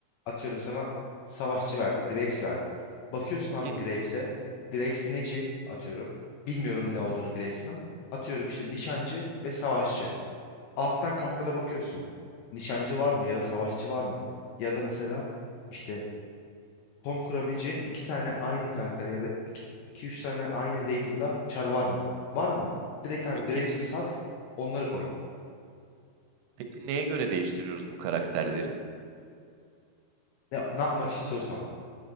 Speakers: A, on the left (about 75°); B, on the right (about 85°).
A: Atıyorum sana savaşçı verdi. Graves verdi. Bakıyorsun
B: Peki
A: abi Graves'e. Graves neci atıyorum. Bilmiyorum ne olduğunu Graves'in ama. Atıyorum işte nişancı ve savaşçı. Alttan kartlara bakıyorsun. Nişancı var mı ya da savaşçı var mı? Ya da mesela işte komp kurabileceğin iki tane aynı karakter ya da iki, iki üç tane aynı label'da çar var mı? Var mı? Direkt abi
B: peki
A: Graves'i sat onları koy.
B: peki neye göre değiştiriyoruz bu karakterleri?
A: Ne, ne yapmak istiyorsam.